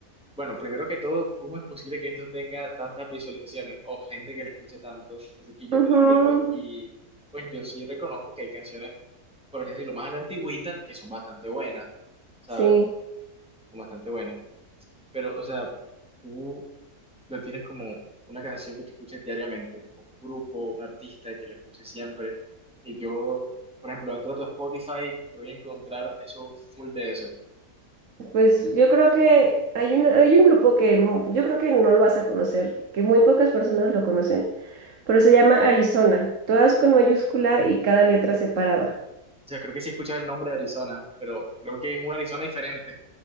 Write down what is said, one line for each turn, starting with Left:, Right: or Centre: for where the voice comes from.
Centre: bueno, primero que todo, ¿cómo es posible que esto tenga tantas visualizaciones o gente que le escuche tanto? Así que yo
Right: Ujú,
Centre: te lo entiendo y pues yo sí reconozco que hay canciones, por así decirlo, más a la antigüita que son bastante buenas, ¿sabes?
Right: Sí,
Centre: Son bastante buenas. Pero, o sea, tú no tienes como una canción que te escuches diariamente, o un grupo, un artista que la escuches siempre. Y yo, por ejemplo, entro a tu Spotify y voy a encontrar eso full de eso. O
Right: pues yo creo que hay un, hay un grupo que mu- yo creo que no lo vas a conocer, que muy pocas personas lo conocen, pero se llama Arizona, todas con mayúscula y cada letra separada.
Centre: sea, creo que sí escuchas el nombre de Arizona, pero creo que es un Arizona diferente.